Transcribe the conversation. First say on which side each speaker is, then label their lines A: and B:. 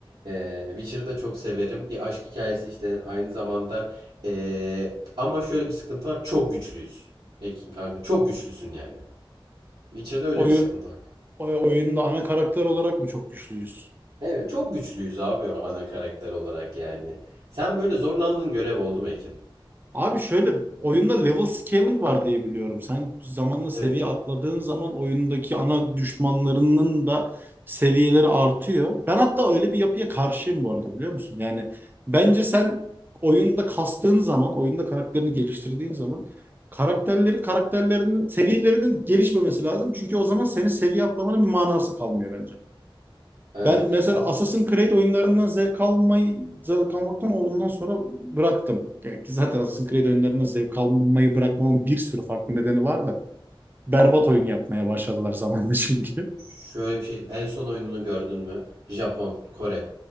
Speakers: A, on the right; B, on the right.
A: E, Witcher'da çok severim. Bir aşk hikayesi işlenir aynı zamanda. E, ama şöyle bir sıkıntı var. Çok güçlüyüz. Ekin kanka çok güçlüsün yani. Witcher'da öyle
B: Oyu,
A: bir sıkıntı var.
B: oy- oyunda ana karakter olarak mı çok güçlüyüz?
A: Evet çok güçlüyüz abi o ana karakter olarak yani. Sen böyle zorlandığın görev oldu mu Ekin?
B: Abi şöyle oyunda level scaling var diye biliyorum. Sen zamanla seviye
A: Evet. Evet.
B: atladığın zaman oyundaki ana düşmanlarının da seviyeleri artıyor. Ben hatta öyle bir yapıya karşıyım bu arada biliyor musun? Yani bence sen oyunda kastığın zaman, oyunda karakterini geliştirdiğin zaman karakterlerin karakterlerinin seviyelerinin gelişmemesi lazım. Çünkü o zaman senin seviye atlamanın bir manası kalmıyor bence.
A: Evet.
B: Ben mesela
A: O...
B: Assassin's Creed oyunlarından zevk almayı zevk almaktan ondan sonra bıraktım. Ya Ki zaten Assassin's Creed oyunlarından zevk almayı bırakmamın bir sürü farklı nedeni var da berbat
A: Abi
B: oyun yapmaya başladılar zamanla çünkü.
A: şöyle bir şey. En son oyununu gördün mü? Japon, Kore.